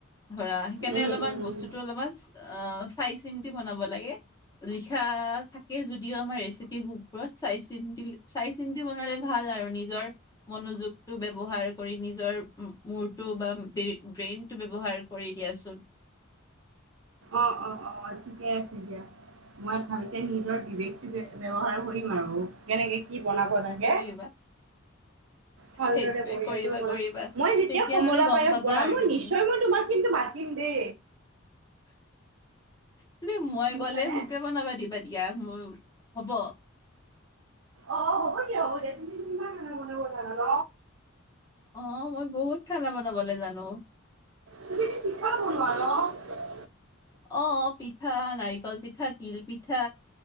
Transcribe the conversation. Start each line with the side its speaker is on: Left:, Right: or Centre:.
Left: ধৰা সেইকাৰণে
Right: উম
Left: অলপমান
Right: উম
Left: বস্তুতটো অলপমান অ চাই চিনতি বনাব লাগে লিখা থাকে যদিও আমাৰ ৰেচিপি বুকবোৰত চাই চিন্ত চাই চিন্তি বনালে ভাল আৰু নিজৰ মনোযোগটো ব্যৱহাৰ কৰি নিজৰ মূৰটো বা ব্ৰেইন টো ব্যৱহাৰ কৰি দিয়াচোন
Right: অ অ অ ঠিকে আছে দিয়া মই ভালকে নিজৰ বিবেকটো ব্যৱহাৰ কৰিম আৰু কেনেকে। কি বনাব লাগে
Left: কৰিবা
Right: ভালদৰে
Left: সেইটোৱে
Right: বঢ়িয়াকৈ
Left: কৰিবা
Right: বন
Left: কৰিবা
Right: মই যেতিয়া
Left: তেতিয়া
Right: কমলা
Left: মানে গম
Right: পায়স
Left: পাবা
Right: বন
Left: আৰু
Right: মই
Left: তুমি
Right: নিশ্চয় মই তোমাক কিন্তু মাতি দে
Left: <inaudible> তুমি মই
Right: শুনিছানে?
Left: গলে মোকে বনাবা দিবা দিয়া মোৰ হব
Right: অ', হ'ব খানা বনাব জানা ন
Left: অ মই বহুত খানা বনাবলে জানো
Right: তুমিতো পিঠাও ন '
Left: অ - অ পিঠা নাৰিকল পিঠা তিল পিঠা